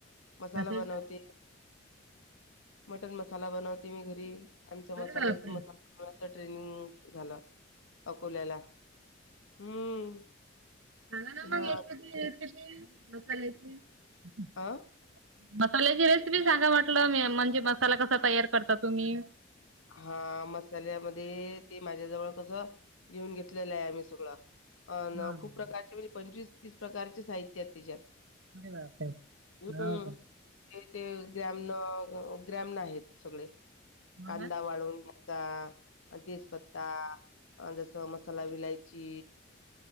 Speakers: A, on the left (about 85°); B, on the right (about 80°).
A: मसाला
B: कशाचे
A: बनवते मटन मसाला बनवते मी घरी. आमच्या मसाल्या
B: अरे बापरे
A: मसालाच ट्रेनिंग झालं. अकोल्याला हम्म.
B: हग ना मगेत
A: हा
B: मकालच <unintelligible>
A: अ
B: मसाल्याची रेसिपी सांगा म्हटलं मी म्हणजे मसाला कसा तयार करता तुम्ही?
A: हा मसाल्यामध्ये ते माझ्याजवळ कस घेऊन घेतलेलं आहे, आम्ही सगळं अ
B: हा
A: ना
B: हा
A: खूप
B: हा.
A: प्रकारचे म्हणजे पंचवीस तीस प्रकारचे साहित्य त्याच्यात.
B: अरे बापरे
A: हम्म
B: हो का
A: ते ते तेआमना ग्रॅमन आहेत सगळे
B: बोला.
A: कांदा वाळून घ्यायचा. अ तेजपत्ता जसं मसाला विलायची